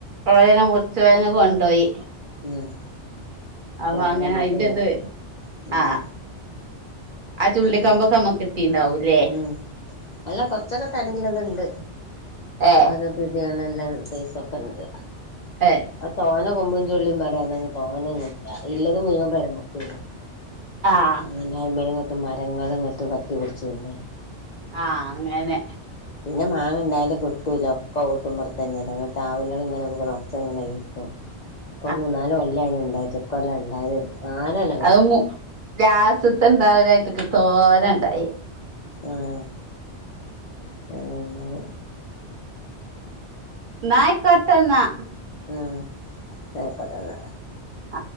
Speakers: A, on the right (about 50°); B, on the left (about 50°).
A: അവര് തന്നെ മുറിച്ചു അവരന്നെ കൊണ്ടോയി
B: ഉം
A: അപ്പൊ
B: വെറക്
A: അങ്ങനെ
B: നമ്മക്കും
A: അയിന്റെ
B: കിട്ടി
A: ഇത്
B: ഉം
A: ആഹ് ആ ചുള്ളിക്കമ്പൊക്കെ
B: ഉം
A: നമ്മക്ക് ട്ടീണ്ടാവുംല്ലേ
B: ഉം അല്ല കൊറച്ചൊക്കെ തടി ള്ളത്ണ്ട്
A: ഏ
B: ഓരോ പിടിയുള്ള എല്ലാ സൈസൊക്കെ ഉണ്ട്
A: ആഹ്
B: ആ തോനെ കൊമ്പും ചുള്ളിയും വരാന് തോനെയൊന്നൂല്ല ഇള്ളത് മുഴുവൻ പെരമേക്ക് വീണു
A: ആഹ്
B: പിന്നയ്മേലിങ്ങോട്ട് മരങ്ങളും ഇങ്ങോട്ട് പറ്റിപടിച്ചുന്നേ
A: ആഹ് അങ്ങനെ
B: പിന്നെ മാങ്ങ ഇണ്ടായാലും കിട്ടൂല ഒക്കെ ഓട്ടുമ്പറത്തന്നെല്ല ങ്ങട്ടാവലകള് ങ്ങനെ പോവണ ഒച്ചങ്ങനെ കേക്കും
A: <inaudible>
B: ഇപ്പൊ മൂന്നാല് കൊല്ലായിന് ഉണ്ടായിട്ട് ഇക്കൊല്ലം ഒണ്ടായതേ നാലല്ല
A: അത് മു ലാസത്തെ ത്തുണ്ടായതായിട്ടിട്ട് തോനേ ണ്ടായി
B: ആഹ് ഏ പിന്നെ
A: ന്നായ്ക്കോട്ടെന്നാ
B: ആഹ് ആയിക്കോട്ടെന്നാ
A: ആ